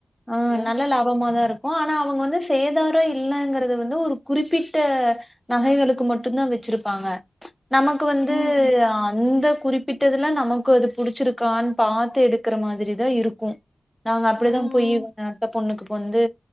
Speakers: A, in the centre; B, on the left.
A: ஆஹ்
B: இல்ல
A: நல்ல லாபமாதான் இருக்கும் ஆனா அவங்க வந்து சேதார இல்லங்கிறது வந்து ஒரு குறிப்பிட்ட நகைகளுக்கு மட்டும் தான் வச்சிருப்பாங்க நமக்கு வந்து
B: ம்
A: அந்து குறிப்பிட்டதுல்லா நமக்கு அது புடிச்சிருக்கான் பாத்து எடுக்குற மாதுரிதா இருக்கு நாங்க அப்படிதா
B: ம்
A: புய்யுந்த அந்த பொண்ணுக்கு வந்து